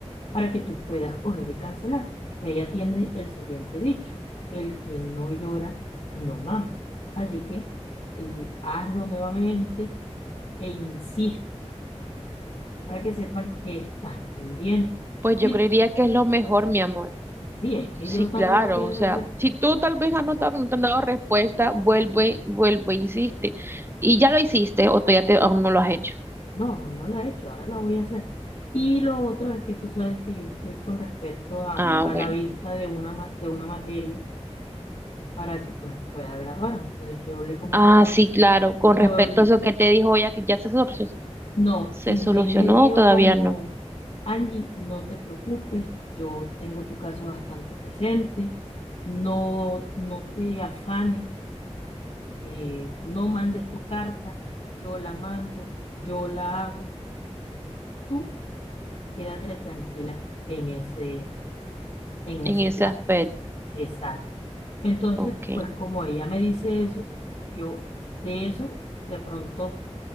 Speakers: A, on the left; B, on the right.
A: para que tú puedas coger y cancelar. Y allá tiene el siguiente dicho, el que no llora, no mama. Así que eh, hazlo nuevamente e insiste para que sepan que estás pendiente.
B: Pues yo
A: Y
B: creería que es lo mejor, mi amor.
A: sí, es que
B: Sí,
A: yo
B: claro,
A: también lo pienso
B: o sea,
A: hacer.
B: si tú tal vez has notado que no te han dado respuesta, vuelve, vuelve, insiste. Y ya lo hiciste o tú ya te, aún no lo has hecho.
A: No, no la he hecho, ahora la voy a hacer. Y lo otro es que tú sabes que yo estoy con respecto a,
B: Ah,
A: a
B: bueno.
A: la vista de una, ma- de una materia para que pues pueda graduarme. Entonces yo le comenté
B: Ah,
A: eso.
B: sí, claro, con
A: Yo,
B: respecto
A: l-
B: a eso que te dijo ella, que ya se solucionó,
A: no,
B: se
A: Disney
B: solucionó,
A: me dijo
B: o todavía
A: como,
B: no,
A: Angie, no te preocupes, yo tengo tu caso bastante presente, no, no te afanes, eh, no mandes tu carta, yo la mando, yo la hago. Tú quédate tranquila en ese, en
B: en
A: ese
B: ese
A: plan.
B: aspecto.
A: Exacto. Entonces,
B: Ok.
A: pues como ella me dice eso, yo de eso de pronto